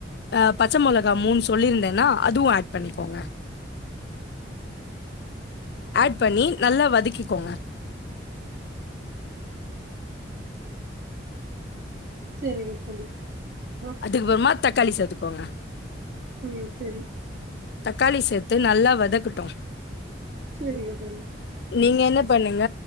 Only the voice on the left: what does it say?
அ பச்ச மொளகா மூன் சொல்லியிருந்தேன்னா அதுவு ஏட் பண்ணிக்கோங்க
ஏட் பண்ணி நல்லா வதக்கிக்கோங்க
அதுக்ப்பிறமா தக்காளி சேத்துக்கோங்க
தக்காளி சேத்து நல்லா வதக்கட்டு
நீங்க என்ன பண்ணுங்க